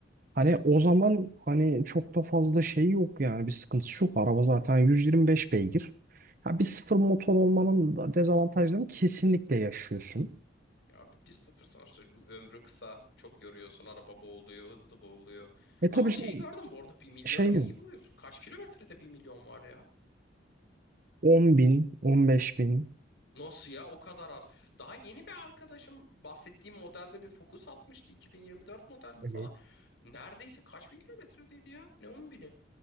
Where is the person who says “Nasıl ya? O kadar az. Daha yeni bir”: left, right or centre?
Left